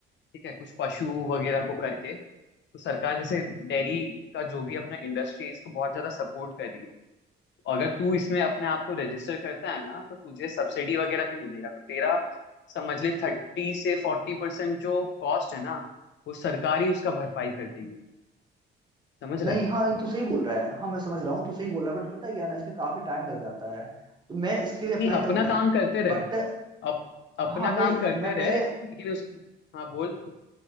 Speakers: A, on the left; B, on the right.
A: ठीक है कुछ पशु वगैरह को करके तो सरकार जैसे डेयरी का जो भी अपना इंडस्ट्री है इसको बहुत ज्यादा सपोर्ट कर रही है और अगर तू इसमें अपने आप को रजिस्टर करता है ना तो तुझे सब्सिडी वगैरह भी मिलेगा तो तेरा समझ ले थर्टी से फोर्टी परसेंट जो कॉस्ट है ना वो सरकार ही उसका भरपाई कर देगी समझ रहा
B: नहीं
A: है
B: हाँ ये तू सही बोल रहा है हाँ मैं समझ रहा हूँ तू सही बोल रहा है बट पता है क्या ना इसमें काफी टाइम लग जाता है तो मैं इसके लिए अप्लाई
A: नहीं अपना
B: करूंगा
A: काम करते रहे
B: बट
A: अप, अपना
B: हाँ मैं
A: काम करते
B: मैं
A: रहे
B: पहले
A: लेकिन उस हाँ बोल